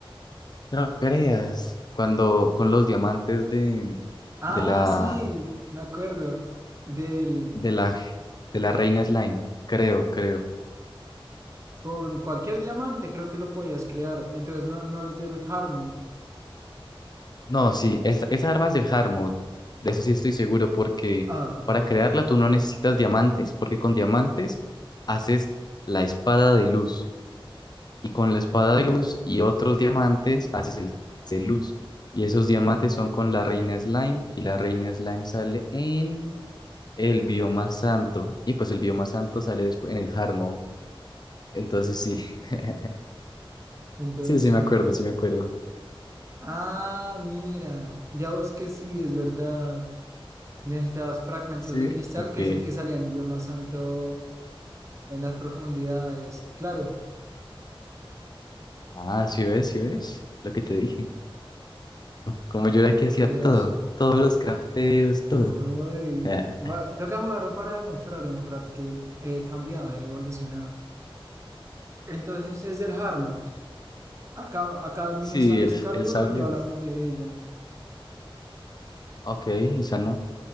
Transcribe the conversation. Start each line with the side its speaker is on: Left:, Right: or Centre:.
Left: no creas, cuando con los diamantes de,
Right: Ah,
Left: de la
Right: sí, me acuerdo. Del,
Left: de la, de la reina Slime, creo, creo.
Right: con cualquier diamante creo que lo podías crear. Entonces no, no es del Harmut.
Left: No, sí, es, esa arma es del hard mode, de eso sí estoy seguro, porque
Right: Ah.
Left: para crearla tú no necesitas diamantes, porque con diamantes haces la espada de luz, y con la espada de luz y otros diamantes haces el de luz, y esos diamantes son con la reina Slime, y la reina Slime sale en el bioma santo, y pues el bioma santo sale después en el hard mode, entonces sí, <laughs>
Right: Entonces
Left: sí, sí
Right: sí.
Left: me acuerdo, sí me acuerdo.
Right: Ah, mira. Ya vos que sí, es verdad. Necesitabas fragmentos
Left: Sí,
Right: de cristal,
Left: ok.
Right: que es el que salía en el bioma santo en las profundidades. Claro.
Left: Ah, sí
Right: Ah,
Left: ves, sí ves, lo que te dije. Como yo era
Right: Qué
Left: que
Right: curioso.
Left: hacía todo, todos los crafteos, todo.
Right: Ay,
Left: <laughs>
Right: va- toca jugarlo para demostrar, demostrar que he cambiado, he evolucionado. Entonces es del Hardmode. Acá, acá a mí
Left: Sí,
Right: me sale
Left: el,
Right: Excalibur,
Left: el sable.
Right: pero ya hablamos
Left: es-
Right: de ella.
Left: Ok, esa no.